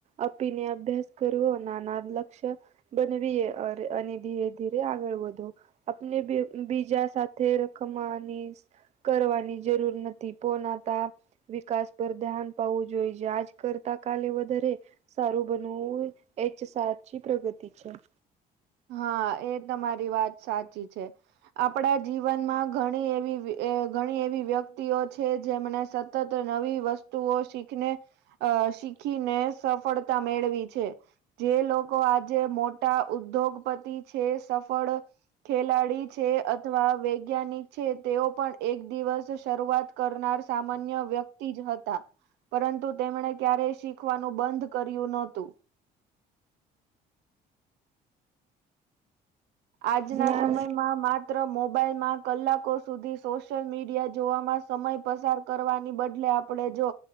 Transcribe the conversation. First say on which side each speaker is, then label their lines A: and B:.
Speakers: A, on the right (about 40°); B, on the right (about 80°).
A: આપીને અભ્યાસ કરવો નાનાદ લક્ષ્ય બનેવીએ અરે અને ધીરે ધીરે આગળ વધો. આપને બી બીજા સાથે રકમાની કરવાની જરૂર નથી પોનાતા વિકાસ પર ધ્યાન પાવવું જોઈ છે આજ કરતા કાલે વધારે સારું બનવું એચ સાચી પ્રગતિ છે.
B: હા એ તમારી વાત સાચી છે. આપણા જીવનમાં ઘણી એવી ઘણી એવી વ્યક્તિઓ છે જેમને સતત નવી વસ્તુઓ શીખને અ શીખીને સફળતા મેળવી છે. જે લોકો આજે મોટા ઉદ્યોગપતિ છે સફળ ખેલાડી છે અથવા વૈજ્ઞાનિક છે તેઓ પણ એક દિવસ શરૂઆત કરનાર સામાન્ય વ્યક્તિ જ હતા પરંતુ તેમણે ક્યારેય શીખવાનું બંધ કર્યું નહોતું. આજના
A: જ્ઞાન
B: સમયમાં માત્ર માત્ર મોબાઈલમાં કલાકો સુધી સોશિયલ મીડિયા જોવામાં સમય પસાર કરવાની બદલે આપડે જો